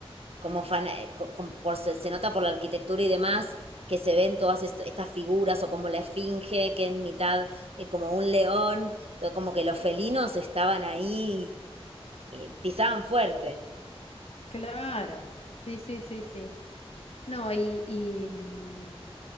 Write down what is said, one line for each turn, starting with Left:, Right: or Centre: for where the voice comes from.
Right: como fan con- por, se, se nota por la arquitectura y demás, que se ven todas est- estas figuras o como la esfinge, que es mitad eh, como un león, todo como que los felinos estaban ahí, eh, pisaban fuerte.
Left: Claro, sí, sí, sí, sí. No, y, y, mm,